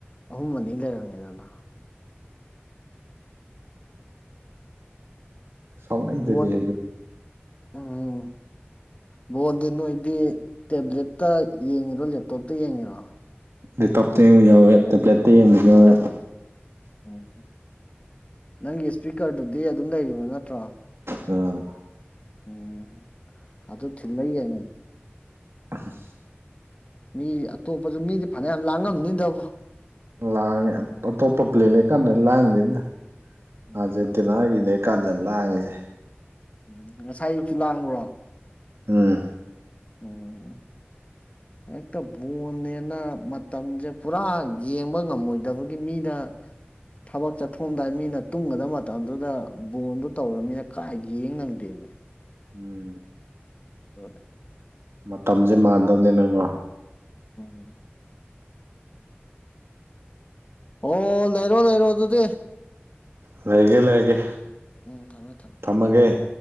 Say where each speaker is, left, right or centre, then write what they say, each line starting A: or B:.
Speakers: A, on the left; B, on the right.
A: ꯑꯍꯨꯝ ꯑꯅꯤ ꯂꯩꯔꯝꯃꯦꯦꯗꯅ
B: ꯁꯥꯎꯅꯩꯗꯨꯗꯤ
A: ꯟꯒꯤ
B: ꯑꯗꯨꯗꯤ
A: ꯎꯝ ꯕꯣꯟꯗꯤ ꯅꯣꯏꯗꯤ ꯇꯦꯕ꯭ꯂꯦꯠꯇ ꯌꯦꯡꯉꯤꯔꯣ ꯂꯦꯞꯇꯣꯞꯇ ꯌꯦꯡꯉꯤꯔꯣ
B: ꯂꯦꯞꯇꯣꯞꯇ ꯌꯦꯡꯕ ꯌꯥꯎꯋꯦ ꯇꯦꯕ꯭ꯂꯦꯠꯇ ꯌꯦꯡꯕꯁꯨ ꯌꯥꯎꯋꯦ
A: ꯎꯝ ꯅꯪꯒꯤ ꯏꯁꯄꯤꯀꯔꯗꯨꯗꯤ ꯑꯗꯨꯝ ꯂꯩꯔꯤꯕꯣ ꯅꯠꯇ꯭ꯔꯣ
B: ꯑ
A: ꯎꯝ ꯑꯗ ꯊꯤꯜꯂ ꯍꯥꯏꯅꯦ
B: ꯎꯝ
A: ꯃꯤ ꯑꯇꯣꯞꯄꯁꯨ ꯃꯤꯗꯤ ꯐꯅꯌꯥꯝ ꯂꯥꯡꯉꯝꯅꯤꯗꯕ
B: ꯂꯥꯡꯉꯦ ꯑꯇꯣꯞꯄ ꯄ꯭ꯂꯦ ꯂꯩꯀꯥꯟꯗ ꯂꯥꯡꯗꯦꯗ
A: ꯎꯝ
B: ꯑꯥꯔꯖꯦꯟꯇꯤꯅꯥꯒꯤ ꯀꯥꯟꯗ ꯂꯥꯡꯉꯤꯁꯦ
A: ꯎꯝ ꯉꯁꯥꯏ ꯑꯌꯨꯛꯁꯨ ꯂꯥꯡꯕ꯭ꯔꯣ
B: ꯎꯝ <inaudible>
A: ꯎꯝ ꯍꯦꯛꯇ ꯕꯣꯟꯅꯦꯅ ꯃꯇꯝꯁꯦ ꯄꯨꯔꯥ ꯌꯦꯡꯕ ꯉꯝꯃꯣꯏꯗꯕꯒꯤ ꯃꯤꯅ ꯊꯕꯛ ꯆꯠꯊꯣꯡꯑꯝꯗꯥꯏ ꯃꯤꯅ ꯇꯨꯝꯒꯗꯕ ꯃꯇꯝꯗꯨꯗ ꯕꯣꯟꯗꯨ ꯇꯧꯔꯕꯅꯤꯅ ꯀꯥꯏ ꯌꯦꯡ ꯅꯪꯗꯦꯕꯅꯦ
B: ꯎꯝ
A: ꯎ
B: ꯃꯇꯝꯁꯦ ꯃꯥꯟꯗꯕꯅꯤꯅꯀꯣ
A: ꯎꯝ ꯑꯣ ꯂꯩꯔꯣ ꯂꯩꯔꯣ ꯑꯗꯨꯗꯤ
B: ꯂꯩꯒꯦ ꯂꯩꯒꯦ
A: ꯎꯝ ꯊꯝꯃꯦ ꯊꯝꯃꯦ
B: ꯊꯝꯃꯥꯒꯦ